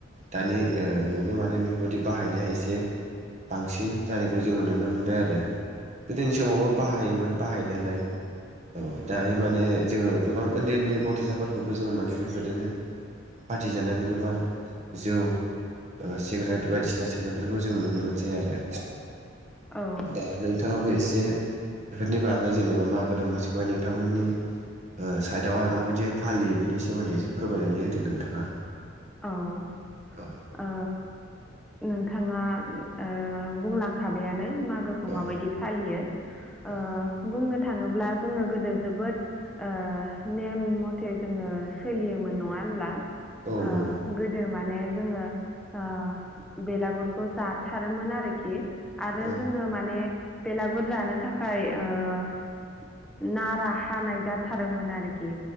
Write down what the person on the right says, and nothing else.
दानि ओ मुगायाव माने बेफोरबायदि बाहायनाया एसे बांसिन जानायखौ जोङो नुनो मोनबाय आरो गोदोनि समावबो बाहायोमोन बाहायनायालाय। औ दायो माने जोङो गोबां ओन्दै ओन्दै गथ'साफोरखौबो जोङो माने बेबायदिनो पार्टि जानानै गोबां जौ ओ सिगरेट बायदिसिना सोमनायफोरखौ जोङो नुनो मोनसै आरो।
दा नोंथाङाबो एसे बेफोरनि बागै जेनेबा मागो दमासिखौहाय नोंथांमोननि ओ साइदावहाय माबायदिहाय फालियो बिनि सोमोन्दै एसे फोरमायनानै होदों नोंथाङा।
औ।
औ
औ
औ
नंगौ।
औ